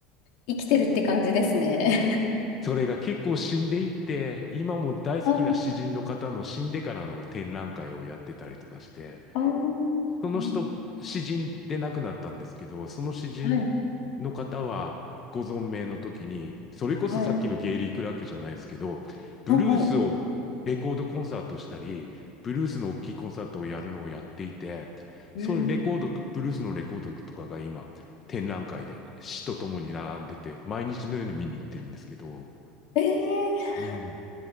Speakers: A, on the left; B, on the left.
A: 生きてるって感じですね。
B: それが結構死んでいって、今も大好きな詩人の方の死んでからの展覧会をやってたりとかして、
A: <laughs> ああ、ああ、うん
B: その人、詩人で亡くなったんですけど、その詩人
A: はい。
B: の方はご存命の時に、それこそさっきのゲイリー・
A: はい。
B: クラークじゃないですけど、ブルースをレコードコンサートしたり、
A: あ、はい。
B: ブルースの大きいコンサートをやるのをやっていて、
A: うん。
B: そういうレコードと、ブルースのレコードとかが今、展覧会で詩とともに並んでて、毎日のように見に行ってるんですけど、
A: ええ
B: うん